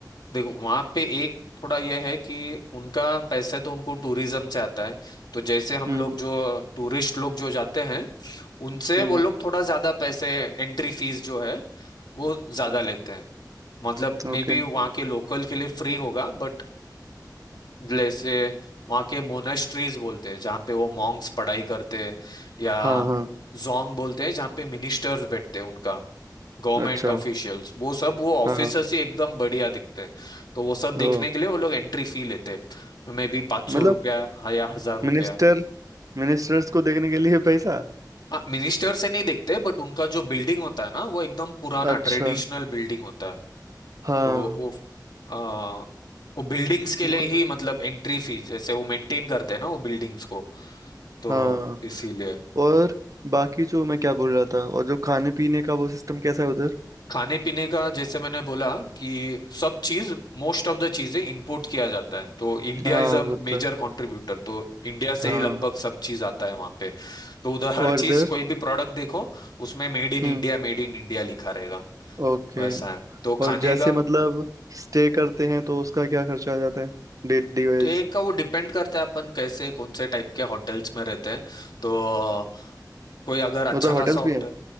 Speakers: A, on the left; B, on the right.
A: देखो वहां पे एक थोड़ा यह है कि उनका पैसे तो उनको टूरिज्म से आता है तो जैसे हम
B: हम्म
A: लोग जो टूरिस्ट लोग जो जाते हैं उनसे
B: हम्म
A: वो लोग थोड़ा ज्यादा पैसे एंट्री फीस जो है वो ज्यादा लेते हैं मतलब मे
B: ओके
A: बी वहाँ के लोकल के लिए फ्री होगा बट जैसे वहाँ के मोनेस्ट्रीज बोलते हैं जहाँ पे वो मॉन्क्स पढ़ाई करते हैं या
B: हाँ हाँ
A: जोंग बोलते हैं जहाँ पे मिनिस्टर्स बैठते हैं उनका गवर्नमेंट
B: अच्छा
A: ऑफिशियल्स वो सब वो ऑफिसर्स
B: हाँ हाँ,
A: ही एकदम बढ़िया दिखते हैं तो वो सब
B: ओ
A: देखने के लिए वो लोग एंट्री फी लेते हैं मे बी पाँच
B: मतलब
A: सौ रुपया हाँ, या हजार रुपया
B: मिनिस्टर मिनिस्टर्स को देखने के लिए पैसा
A: हाँ मिनिस्टर से नहीं देखते बट उनका जो बिल्डिंग होता है ना वो एकदम पुराना
B: अच्छा
A: ट्रेडिशनल बिल्डिंग होता है
B: हाँ
A: तो वो आ, वो बिल्डिंग्स के
B: वो
A: लिए
B: तो
A: ही मतलब एंट्री फीस जैसे वो मेंटेन करते हैं ना वो बिल्डिंग्स को तो
B: हाँ
A: इसीलिए
B: और बाकी जो मैं क्या बोल रहा था और जो खाने पीने का वो सिस्टम कैसा है उधर
A: खाने पीने का जैसे मैंने बोला कि सब चीज मोस्ट ऑफ द चीजें इंपोर्ट किया जाता है तो India
B: हाँ
A: is a
B: वो
A: major
B: तो है
A: contributor तो इंडिया
B: हाँ
A: से ही लगभग सब चीज आता है वहां पे तो उधर हर
B: और इधर
A: चीज कोई भी प्रोडक्ट देखो उसमें made in
B: हम्म
A: India made in India लिखा रहेगा
B: ओके
A: वैसा है तो
B: और
A: खाने
B: जैसे
A: का
B: मतलब स्टे करते हैं तो उसका क्या खर्चा आ जाता है डेली वाइज
A: तो एक का वो डिपेंड करता है अपन कैसे कौन से टाइप के होटल्स में रहते हैं तो कोई अगर अच्छा
B: उधर होटल्स
A: खासा होटल
B: भी हैं